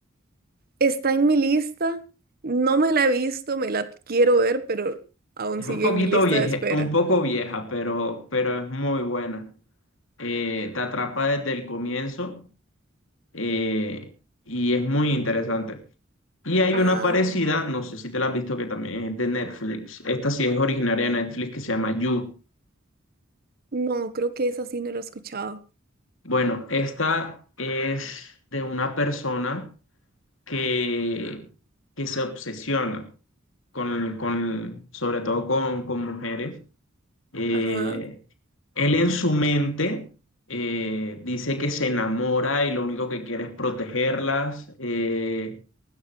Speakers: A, on the right; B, on the left.
A: Está en mi lista. No me la he visto, me la quiero ver, pero aún
B: Es
A: sigue
B: un poquito
A: en mi lista
B: vieja,
A: de espera.
B: un poco vieja, pero, pero es muy buena. Eh, te atrapa desde el comienzo eh, y es muy interesante. Y hay
A: Ajá.
B: una parecida, no sé si te la has visto, que también es de Netflix. Esta sí es originaria de Netflix, que se llama You.
A: No, creo que esa sí no la he escuchado.
B: Bueno, esta es de una persona que, que se obsesiona con, con, sobre todo con, con mujeres. Eh,
A: Ajá.
B: Él en su mente eh, dice que se enamora y lo único que quiere es protegerlas. eh,